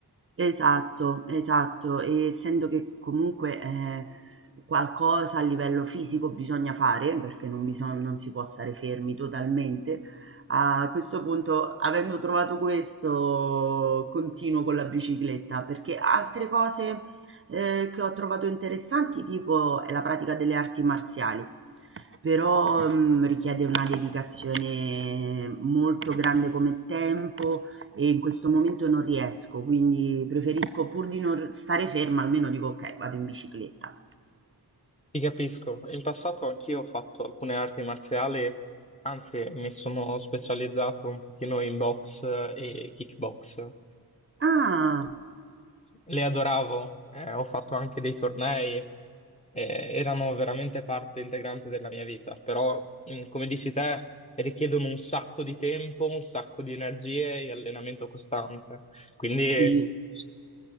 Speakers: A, on the right (about 35°); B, on the left (about 15°).
A: Esatto, esatto. E essendo che comunque, ehm, qualcosa a livello fisico bisogna fare, perché non bison non si può stare fermi totalmente, a questo punto, avendo trovato questo, continuo con la bicicletta, perché altre cose, ehm, che ho trovato interessanti, tipo è la pratica delle arti marziali, però, mhmm, richiede una dedicazione molto grande come tempo, e in questo momento non riesco, quindi preferisco pur di non stare ferma, almeno dico: "Okay, vado in bicicletta".
B: Ti capisco. In passato anch'io ho fatto alcune arti marziali, anzi mi sono specializzato un pochino in box eh, e kickbox
A: Ah,
B: le adoravo, eh, ho fatto anche dei tornei, eh, erano veramente parte integrante della mia vita, però, mm, come dici te, richiedono un sacco di tempo, un sacco di energie e allenamento costante. Quindi <laughs> eh,
A: sì.
B: s-